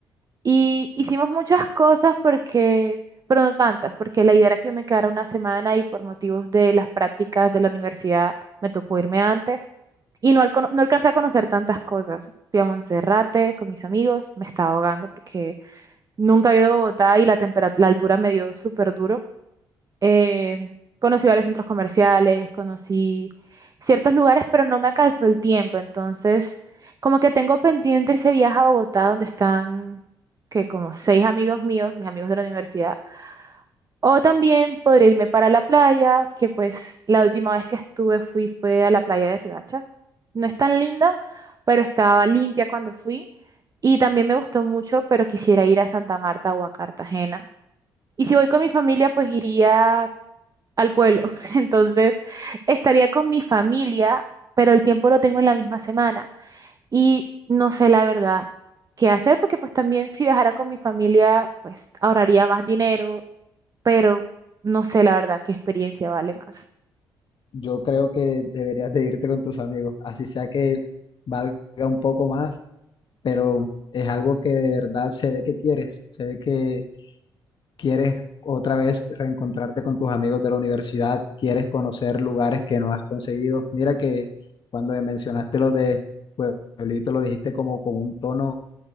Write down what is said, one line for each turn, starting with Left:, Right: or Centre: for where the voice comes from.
Right: Y hicimos muchas cosas porque, pero no tantas, porque la idea era que yo me quedara una semana y por motivos de las prácticas de la universidad me tocó irme antes. Y no, alco- no alcancé a conocer tantas cosas. Fui a Monserrate con mis amigos, me estaba ahogando porque nunca he ido a Bogotá y la tempera- la altura me dio súper duro. Eh, conocí varios centros comerciales, conocí ciertos lugares, pero no me alcanzó el tiempo. Entonces, como que tengo pendiente ese viaje a Bogotá donde están, que como seis amigos míos, mis amigos de la universidad, o también podría irme para la playa, que pues la última vez que estuve fui fue a la playa de Riohacha. No es tan linda, pero estaba limpia cuando fui. Y también me gustó mucho, pero quisiera ir a Santa Marta o a Cartagena. Y si voy con mi familia, pues iría al pueblo. <laughs> Entonces, estaría con mi familia, pero el tiempo lo tengo en la misma semana y no sé la verdad qué hacer, porque pues también si viajara con mi familia, pues ahorraría más dinero, pero no sé la verdad qué experiencia vale más.
Left: Yo creo que deberías de irte con tus amigos, así sea que valga un poco más, pero es algo que de verdad se ve que quieres, se ve que quieres otra vez reencontrarte con tus amigos de la universidad, quieres conocer lugares que no has conseguido. Mira que cuando me mencionaste lo de Pueblito, lo dijiste como con un tono